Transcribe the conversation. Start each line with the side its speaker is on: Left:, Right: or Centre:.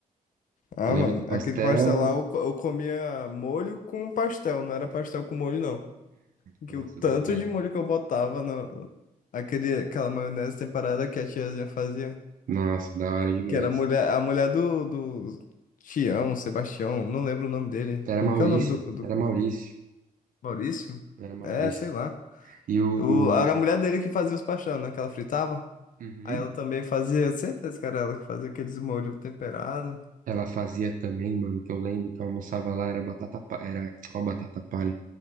Left: Ah,
Right: Eu lembro
Left: mano,
Right: do pastel.
Left: aquele pastel lá eu, co- eu comia molho com pastel, não era pastel com molho, não. Que
Right: Nossa,
Left: o tanto
Right: verdade.
Left: de molho que eu botava no, aquele, aquela maionese temperada que a tiazinha fazia.
Right: Nossa, da hora demais.
Left: Que era a mulher, a mulher do, do Tião, Sebastião, não lembro o nome dele.
Right: Era
Left: Como
Right: Maurício,
Left: que é o nome do, do...
Right: era Maurício,
Left: Maurício?
Right: era Maurício.
Left: É, sei lá.
Right: E o.
Left: O- era a mulher dele que fazia os paixão, né? Que ela fritava.
Right: Uhum.
Left: Aí ela também fazia, certeza que era ela que fazia aqueles molhos temperados.
Right: Ela fazia também, mano, que eu lembro que eu almoçava lá, era batata, pa- era, ó, batata palha,